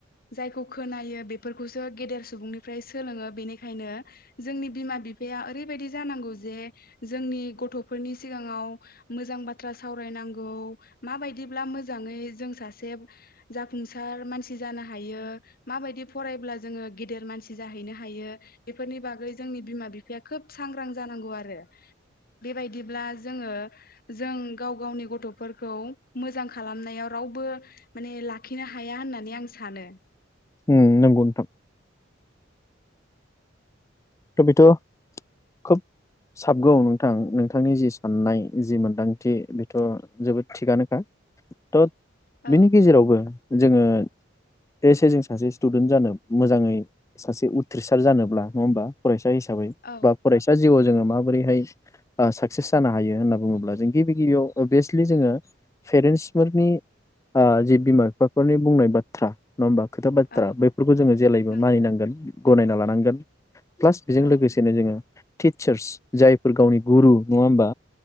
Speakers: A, on the left; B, on the left.
A: जायखौ खोनायो बेफोरखौसो गेदेर सुबुंनिफ्राय सोलोङो बेनिखायनो जोंनि बिमा बिफाया ओरैबायदि जानांगौ जे जोंनि गथ'फोरनि सिगाङाव मोजां बाथ्रा सावरायनांगौ माबायदि ब्ला मोजाङै जों सासे जाफुंसार मानसि जानो हायो माबायदि फरायब्ला जोङो गेदेर मानसि जाहैनो हायो बेफोरनि बागै जोंनि बिमा बिफाया खोब सांग्रां जानांगौ आरो बेबायदिब्ला जोङो जों गाव गावनि गथ'फोरखौ मोजां खालामनायाव रावबो माने लाखिनो हाया होननानै आं सानो।
B: उम नोंगौ नोंथां। <unintelligible> बेथ' खोब साबगौ नोंथां नोंथांनि जि साननाय जि मोनदांथि बेथ' जोबोद थिगानोखा त'
A: औ
B: बेनि गेजेरावबो जोङो <unintelligible> जों सासे स्टुदेन्ट जानो मोजाङै सासे उथ्रिसार जानोब्ला नङा ओमबा? फरायसा <unintelligible>
A: औ
B: <unintelligible> बा फरायसा जिउआव जोङो माबोरैहाय ओ साकसेस जानो हायो होन्ना बुङोब्ला जों गिबि गिबियाव अबेसलि जोङो पेरेन्सफोरनि ओ जि बिमा बिफाफोरनि बुंनाय बाथ्रा नङा होमबा खोथा बाथ्रा
A: औ
B: बेफोरखौ जोङो जेलायबो
A: नंगौ
B: मानिनांगोन । गनायना लानांगोन । प्लास बेजों
A: औ
B: लोगोसेनो जोङो टिचार्स जायफोर गावनि गुरु नङा ओमबा?